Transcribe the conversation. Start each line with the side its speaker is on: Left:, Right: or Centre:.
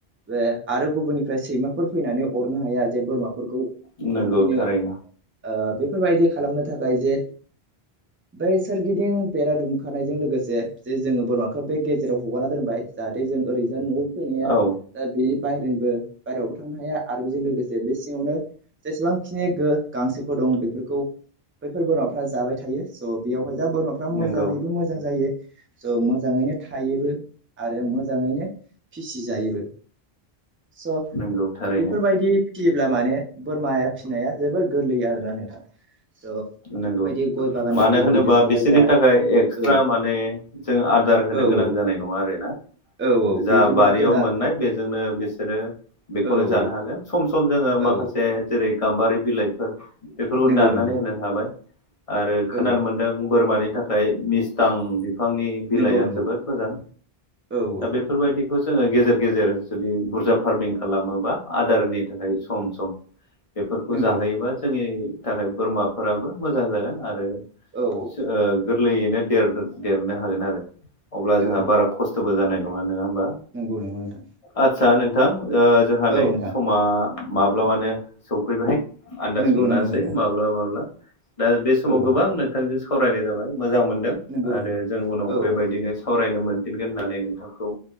Right: जे आरो गुबुननिफ्राय सैमाफोर फैनानै अरनो हाया जे बोरमा <unintelligible> अरफैनो
Left: नंगौ थारैनो
Right: ओ बेफोरबायदि खालामनो थाखाय जे बै सोरगिदिं बेरा दुमखानायजों लोगोसे, जे जोङो बोरमाखौ बे गेजेराव हगारना दोनबाय जा- जाहाथे जों ओरैज न'आव फैनाया,
Left: औ
Right: दा बेयो बाहेरनिबो -बाहेरायावबो थांनो हाया आरो बेजों लोगोसे बे सिङावनो जेसेबांखिनि गो -गांसोफोर दं बेफोरखौ बैफोर बोरमा <unintelligible> जाबाय थायो स' बेयावहाय जा बोरमाफ्रा मोजाङैबो
Left: नंगौ
Right: मोजां जायो। स' मोजाङैनो थायोबो आरो मोजाङैनो फिसिजायोबो। स'
Left: नंगौ थारैनो
Right: बेफोरबायदि फिसियोब्ला, माने बोरमाया फिसिनाया जोबोर गोरलै आरोना नोंथां। स'
Left: नंगौ,
Right: बेफोरबायदि गय बागान
Left: मानो
Right: गिदिर
Left: होनोबा
Right: गिदिरफ्रावहाय
Left: बिसोरनि
Right: जा
Left: थाखाय एक्सट्रा
Right: औ
Left: माने जों आदार होनो
Right: औ औ
Left: गोनां जानाय नङा आरो ना?
Right: औ औ
Left: जा
Right: बिदिबा
Left: बारियाव
Right: गोदान
Left: मोननाय, बेजोंनो बिसोरो बेखौनो
Right: औ
Left: जानो
Right: औ
Left: हागोन सम सम जोङो माखासे
Right: औ
Left: जेरै- गाम्बारि बिलाइफोर बेफोरखौ
Right: नंगौ
Left: दान्नानै
Right: नंगौ
Left: होनो हाबाय। आरो खोनानो
Right: औ
Left: मोनदों बोरमानि थाखाय मिस्टां बिफांनि बिलाइआ
Right: नंगौ नंगौ
Left: जोबोद मोजां।
Right: औ औ
Left: दा बेफोरबायदि <unintelligible> जोङो गेजेर- गेजेर जुदि बुरजा फार्मिं खालामोबा आदारनि थाखाय सम -सम बेफोरखौ
Right: नंगौ
Left: जाहोयोबा, जोंनि थाखाय बोरमाफोराबो मोजां जागोन आरो
Right: औ औ
Left: सो ओ - गोरलैयैनो देरदों - देरनो हागोन आरो। अब्ला जोंहा
Right: औ
Left: बारा खस्थ'बो जानाय नङा होमबा?
Right: नंगौ नंगौ नोंथां
Left: आदसा नोंथां ओ जोंहा
Right: औ
Left: नै
Right: नोंथां
Left: समा माब्लाबानो सफैबाय आन्दाज
Right: नंगौ
Left: मोनासै
Right: नंगौ नोंथां
Left: माब्ला- माब्ला दा बे समाव
Right: औ
Left: गोबां
Right: औ
Left: नोंथांजों सावरायनाय जाबाय, मोजां मोनदों
Right: नंगौ
Left: आरो
Right: नंगौ
Left: जों उनाव
Right: औ
Left: बेबायदिनो सावरायनो मोनफिनगोन होननानै नोंथांखौ